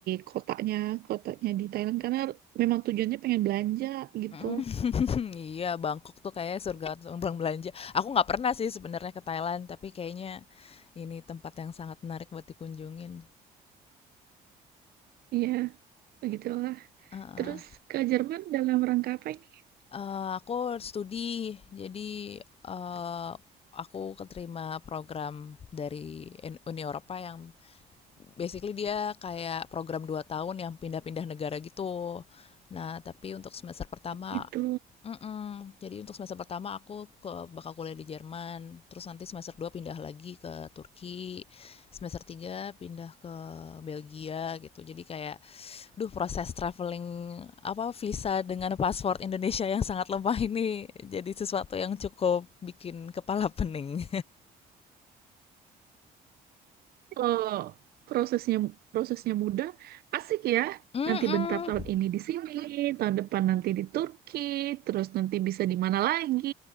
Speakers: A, on the right (about 65°); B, on the left (about 35°).
A: kotanya, kotanya di Thailand karena memang tujuannya pengen belanja gitu.
B: Mhm. <laughs> Iya, Bangkok tuh kayaknya surga orang belanja. Aku nggak pernah sih sebenarnya ke Thailand, tapi kayaknya ini tempat yang sangat menarik buat dikunjungin.
A: Iya, begitulah.
B: Heeh.
A: Terus ke Jerman dalam rangka apa ini?
B: Eh, aku studi, jadi eh, aku keterima program dari En- Uni Eropa yang basically dia kayak program 2 tahun yang pindah-pindah negara gitu. Nah, tapi untuk semester pertama
A: Gitu.
B: Mhm, jadi untuk semester pertama aku ke bakal kuliah di Jerman, terus nanti semester 2 pindah lagi ke Turki, semester 3 pindah ke Belgia gitu. Jadi kayak, duh proses traveling apa visa dengan paspor Indonesia yang sangat lemah ini jadi sesuatu yang cukup bikin kepala pening.
A: Oh, prosesnya prosesnya mudah, asik ya.
B: <laughs> Mhm.
A: Nanti bentar tahun ini di sini, tahun depan nanti di Turki, terus nanti bisa di mana lagi.